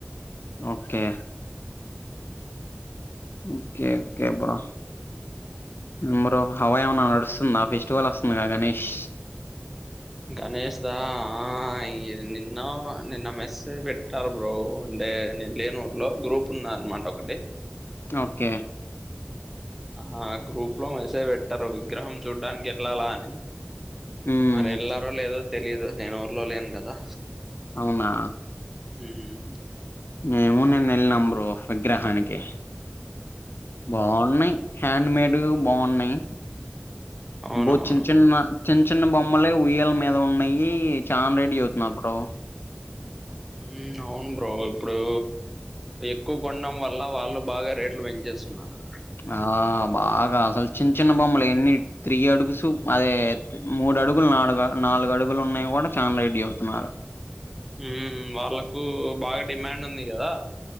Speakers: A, on the left; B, in the centre.
A: okay okay okay bro మరో హవా ఏమనా నడుస్తుందా ఫెస్టివల్ వస్తుందిగా గణేష్
B: గణేష్ దా ఆ ఇ నిన్న నిన్న మెస్ పెట్టారు బ్రో అంటే నేను లేను ఊర్లో గ్రూప్ ఉందన్నమాట ఒకటి
A: ఓకే
B: ఆ గ్రూప్ లో మెసేజ్ పెట్టారు విగ్రహం చూడ్డానికి వెళ్లాలా అని
A: మ్మ్
B: మరి వెళ్లారో లేదో తెలీదు నేను ఊర్లో లేను కదా
A: అవునా
B: ఉమ్
A: మేము నిన్న వెళ్ళినం బ్రో విగ్రహానికి బాగున్నాయి హ్యాండ్ మేడ్ బాగున్నాయి
B: అవునవును
A: బో చిన్న చిన్న చిన్న చిన్న బొమ్మలే ఉయ్యల మీద ఉన్నాయి చాన రేట్ చెప్తున్నా బ్రో
B: ఉ అవును బ్రో ఇప్పుడు ఎక్కువ కొనడం వల్ల వాళ్లు బాగా రేట్లు పెంచేస్తున్నారు
A: ఆ బాగా అసలు చిన్న చిన్న బొమ్మలు ఎన్ని త్రీ అడుగుసు అదే మూడు అడుగులు నడుగు నాలుగు అడుగులు ఉన్నాయి కూడా చానా రేట్ చేపుతున్నారు
B: ఉమ్ వాళ్ళలకు బాగా డిమాండ్ ఉంది కదా